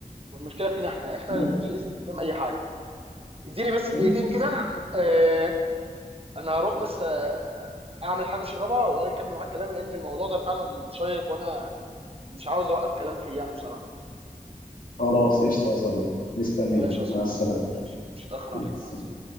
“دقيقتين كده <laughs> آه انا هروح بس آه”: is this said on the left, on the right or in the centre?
Right